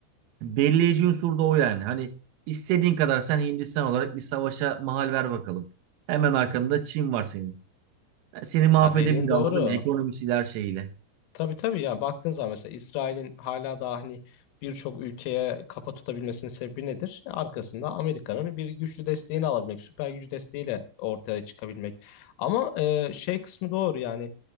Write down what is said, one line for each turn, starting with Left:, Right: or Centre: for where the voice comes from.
Right: Belirleyici unsur da o yani. Hani istediğin kadar sen Hindistan olarak bir savaşa mahal ver bakalım. Hemen arkanda Çin var senin. Yani Seni mahvedebilir
Left: ya dediğin
Right: anladın
Left: doğru
Right: mı? Ekonomisiyle her şeyiyle.
Left: Tabii tabii yani baktığın zaman mesela İsrail'in hala daha hani birçok ülkeye kafa tutabilmesinin sebebi nedir? Arkasında Amerika'nın bir güçlü desteğini alabilmek, süper gücü desteğiyle ortaya çıkabilmek. Ama e, şey kısmı doğru yani.